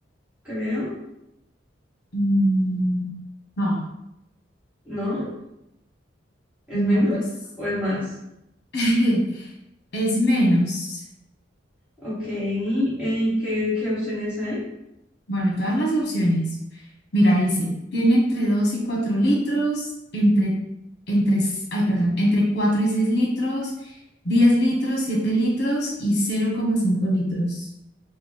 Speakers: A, in the centre; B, on the left.
A: creo.
B: Mm, no,
A: ¿No? ¿Es
B: no,
A: menos
B: pues
A: o es más?
B: <laughs> es menos.
A: Ok. eh, ¿qué, qué opciones hay?
B: Bueno, todas las opciones. Mira, dice, tiene entre 2 y 4 litros, entre, entre, s- ay, perdón, entre 4 y 6 litros, 10 litros, 7 litros y cero coma cinco litros.